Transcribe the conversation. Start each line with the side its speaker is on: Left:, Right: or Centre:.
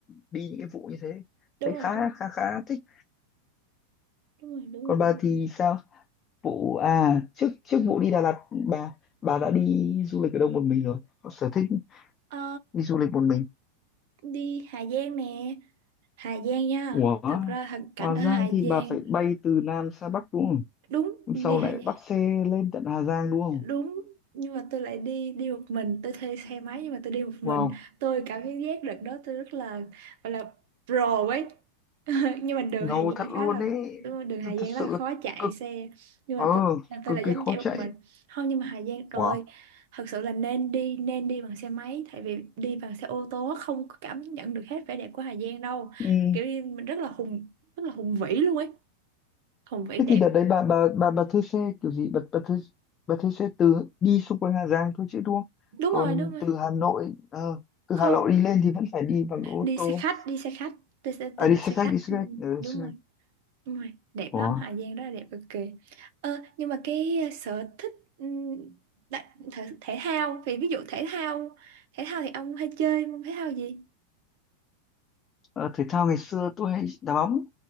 Left: đi những cái vụ như thế
Right: đúng
Left: thấy
Right: rồi
Left: khá
Right: đúng rồi
Left: khá khá thích
Right: đúng rồi đúng
Left: còn
Right: rồi, đúng
Left: bà
Right: rồi.
Left: thì sao vụ à trước trước vụ đi Đà Lạt bà bà đã đi du lịch ở đâu một mình rồi có sở thích
Right: Ờ,
Left: đi du lịch một mình
Right: đi Hà Giang nè Hà Giang nha
Left: Ủa
Right: thật ra thằng cảnh
Left: Hà
Right: ở
Left: Giang
Right: Hà
Left: thì
Right: Giang
Left: bà phải bay từ Nam sang Bắc đúng không
Right: đúng
Left: Hôm
Right: đi
Left: sau
Right: Hà
Left: lại
Right: Giang
Left: bắt xe lên tận Hà Giang đúng không
Right: đúng nhưng mà tôi lại đi đi một mình tôi thuê xe máy nhưng mà tôi đi một mình
Left: wow
Right: tôi cảm giác đợt đó tôi rất là gọi là pro ấy <laughs> nhưng mà đường
Left: ngầu
Right: Hà Giang
Left: thật luôn
Right: khá là
Left: ấy
Right: đúng rồi, đường Hà Giang
Left: thật sự
Right: rất là khó
Left: là
Right: chạy
Left: cực
Right: xe nhưng
Left: ờ
Right: mà tôi tôi
Left: cực
Right: là dám
Left: kỳ khó
Right: chạy một
Left: chạy
Right: mình không nhưng mà Hà Giang rồi
Left: Ủa?
Right: thật sự là nên đi nên đi bằng xe máy tại vì đi bằng xe ô tô á, không có cảm nhận được hết vẻ đẹp của Hà Giang đâu
Left: ừ.
Right: kiểu như mình rất là hùng rất là hùng vĩ luôn ấy không phải
Left: thế
Right: đẹp
Left: thì đợt đấy bà bà bà bà thuê xe kiểu gì bà bà thuê bà thuê xe từ đi xung quanh Hà Giang thôi chứ đúng không
Right: đúng
Left: còn
Right: rồi đúng rồi
Left: từ Hà Nội ờ, từ
Right: không
Left: Hà Nội đi lên thì vẫn phải đi bằng ô
Right: đi
Left: tô
Right: xe khách đi xe khách tôi sẽ tôi
Left: à
Right: đặt
Left: đi xe
Right: xe
Left: khách
Right: khách
Left: đi xe
Right: ừ,
Left: khách ừ,
Right: đúng
Left: xe
Right: rồi
Left: khách
Right: đúng rồi đẹp
Left: Ủa?
Right: lắm Hà Giang rất là đẹp cực kỳ ờ, nhưng mà cái ờ, sở thích ừ, đặt, thể, thể thao vì ví dụ thể thao thể thao thì ông hay chơi môn thể thao gì
Left: Ờ, thể thao ngày xưa tôi hay đá bóng